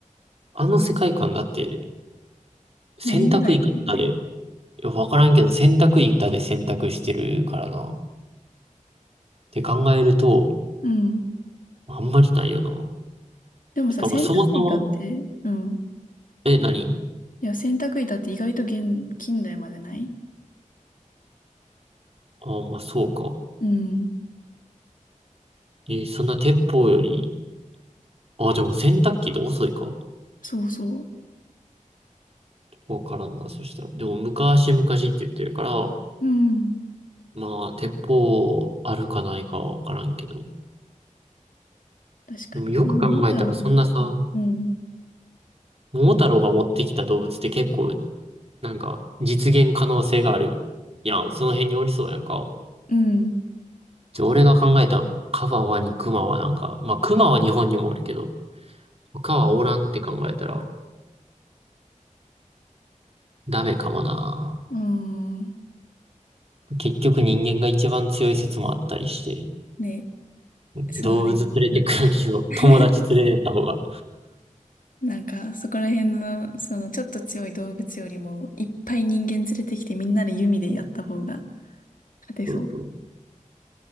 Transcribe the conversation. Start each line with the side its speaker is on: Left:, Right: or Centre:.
Right: あの世界観だって、選択いくらでい
Left: 何時代っていうのね。
Right: や、わからんけど、洗濯板で洗濯してるからな。って考えると、
Left: うん。
Right: あんまりないよな。
Left: でもさ、
Right: てか、
Left: 洗濯板って、
Right: まあ、そもそも、
Left: うん。
Right: え、何
Left: いや、洗濯板って意外と現、近代までない
Right: ああ、まあ、そうか。
Left: うん。
Right: えーそんな鉄砲より、ああ、でも洗濯機って遅いか。
Left: そうそ
Right: わからんな、そしたら。でも、昔々って言ってるから、
Left: う。うん。
Right: まあ、鉄砲あるかないかはわからんけど。
Left: 確かに。
Right: でも、よく考えたら、
Left: もう、桃太郎も。
Right: そんなさ、
Left: うん。
Right: 桃太郎が持ってきた動物って結構、なんか、実現可能性があるやん。その辺におりそうやんか。
Left: うん。
Right: じゃあ俺が考えたカバワにクマはなんか、まあクマは日本にもおるけど、他はおらんって考えたらダメかもな。
Left: うん。
Right: 結局人間が一番強い説もあったりして、
Left: ね。そうね。
Right: 動物連れてくよりも友達連れてった方が、
Left: うん。<laughs> なんか、そこら辺の、その、ちょっと強い動物よりも、いっぱい人間連れてきてみんなで弓でやった方が勝てそう。
Right: そうそう